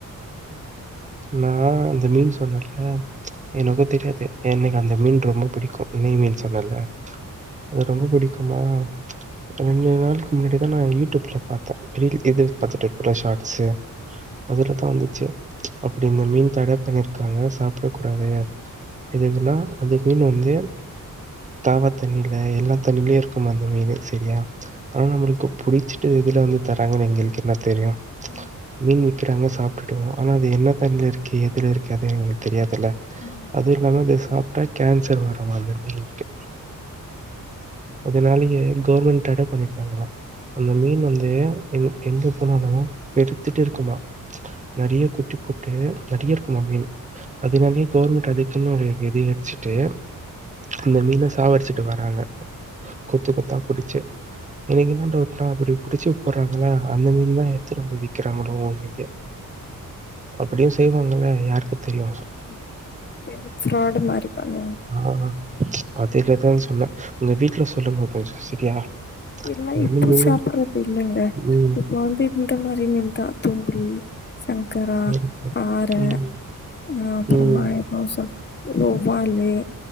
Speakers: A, on the right; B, on the left.
A: நா அந்த மீன் சொன்னல எனக்கு தெரியாது எனக் அந்த மீன் ரொம்ப பிடிக்கு நெய் மீன் சொன்னல அது ரொம்ப பிடிக்குமா ரெண்டு நாளுக்கு முன்னாடிதா நான் யூடியூப்ல பாத்தே டெய்லி இது பாத்துட்டு இருக்கல ஷார்ட்ஸு அதுல தா வந்துச்சு அப்படி இந்த மீன் தடை பண்ணிருகாங்க சாப்ட கூடாது எதுகுன்னா அந்த மீனு வந்து காவா தண்ணில எல்லா தண்ணிலயும் இருக்குமா அந்த மீனு சரியா ஆனா நம்மளுக்கு புடிச்சிட்டு எதுல வந்து தாராங்கன்னு எங்களுக்கு என்ன தெரியு
B: ம்
A: மீன் விக்றாங்க சாப்ட்டுட்டுவோ ஆனா அது என்ன தண்ணில இருக்கு எதுல இருக்கு அது எங்களுக்கு தெரியாதுல்ல
B: ஆமா
A: அதுவு இல்லாம இத சாப்ட்டா கேன்ஷர் வருமா அந்த மீனுக்கு அதனாலயே கவுர்மெண்ட் தடை பண்ணிரு க்காங்களா அந்த மீன் வந்து எங் எங்கே போனாலும் பெருத்துட்டு இருக்குமா நெறைய குட்டி போட்டு நெறைய இருக்குமா மீன் அதனாலே கவுர்மெண்ட் அதுக்குன்னு ஒரு இது வச்சிட்டு அந்த மீன சாவடிச்சுட்டு வாராங்க கொத்து கொத்தா புடிச்சு எனக்கு என்ன டவுட்னா இப்படி புடிச்சு போட்றாங்களா அந்த மீன் தான் எடுத்துட்டு வந்து விக்றாங்களோனு இது அப்படியும் செய்வாங்கல்ல யாருக்கு தெரியு
B: ம் பேரு ஃப்ராடு மாரி பண்ணுவாங்க
A: ஆ அதுலதா சொன்னே உங்க வீட்டுல சொல்லுங்கோ கொஞ்ஜோ சரியா
B: எல்லாம்
A: அதனால
B: இப்போ
A: நீங்களும்
B: சாப்பூடுறது இல்லங்க
A: ம்.
B: இப்ப வந்து இந்த மாரி மீன்தான் தொங்ரி சங்கரா
A: சரி.
B: பார
A: ம்.
B: அ அப்புறமா
A: ம்.
B: எ <unintelligible> வவ்வாலு